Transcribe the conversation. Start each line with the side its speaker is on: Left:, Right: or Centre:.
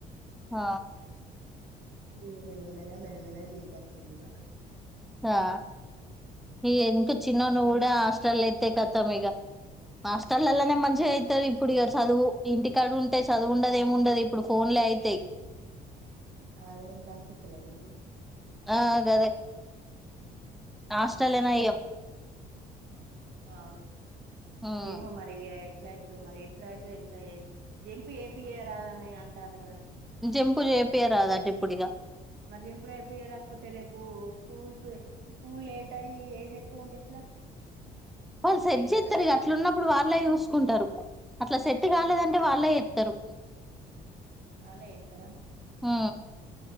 Centre: ఆ
Right: ఈ మెల మెల మెల్లగా గీడికొచ్చిందిగా
Centre: ఆ ఈ ఇంకా చిన్నోడ్ని గుడ హాస్టల్ల ఎత్తే కతాం ఇగ, హాస్టలల్లనే మంచిగా అయితరు ఇప్పుడు ఇగ చదువు, ఇంటికాడ ఉంటె చదువు ఉండదు ఏమి ఉండది ఇప్పుడు ఫోన్లే అయితయ్.
Right: అ ఏం కనిపిత్తలేదా ఇప్పుడు
Centre: ఆ గదే హస్టలే
Right: హ్మ్
Centre: నయం
Right: ఆ
Centre: హ్మ్.
Right: ఏమో మరిగయి ఎట్లైతదొ మరి ఎసుడైతదొ ఎంత జంపు చేపియ్యరాదని అంటార్రూ గద.
Centre: జంపు చేపియరాదట ఇప్పుడిగా
Right: మరి జంపుడు చేపియ్య రాకపోతే రేపు స్కూల్ కు, స్కూల్ లేట్ అయ్యి ఏజ్ ఎక్కువ ఉంటే ఎట్లా?
Centre: వాళ్ళు సెట్
Right: ఏం
Centre: చేత్తరు
Right: కదా
Centre: ఇగ అట్లున్నప్పుడు వాళ్ళ చూసుకుటరు, అట్లా సెట్ కాలేదంటే
Right: ఆ
Centre: వాళ్ళే తరు
Right: అలే ఏత్తర
Centre: ఆ